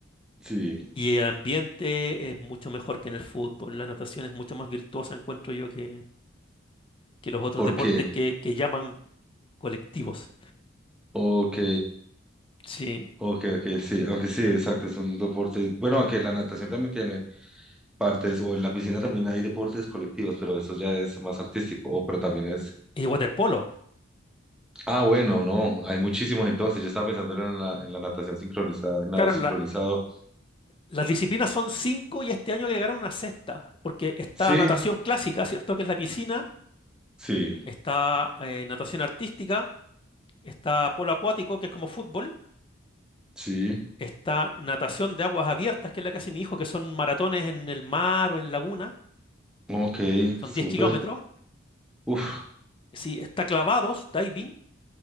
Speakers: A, in the centre; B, on the left.
A: sí.
B: Y el ambiente es mucho mejor que en el fútbol. La natación es mucho más virtuosa, encuentro yo, que, que los otros
A: ¿Por
B: deportes
A: qué?
B: que, que llaman colectivos.
A: Ok,
B: Sí.
A: ok, ok, sí. Aunque sí, exacto, es un deporte. Bueno, aunque la natación también tiene partes, o en la piscina también hay deportes colectivos, pero eso ya es más artístico, o pero también es.
B: Y waterpolo.
A: Ah, bueno, no, hay muchísimos entonces. Yo estaba pensando era en la, en la natación sincronizada, en nado
B: Claro,
A: sincronizado.
B: la- las disciplinas son cinco y este año agregaron una sexta, porque está
A: Sí,
B: natación clásica, ¿cierto? Que es la piscina,
A: sí,
B: está eh, natación artística, está polo acuático, que es como fútbol,
A: sí.
B: está natación de aguas abiertas, que es la que hace mi hijo, que son maratones en el mar o en laguna,
A: Ok,
B: son
A: súper.
B: 10 kilómetros.
A: Uf,
B: Sí, está clavados, diving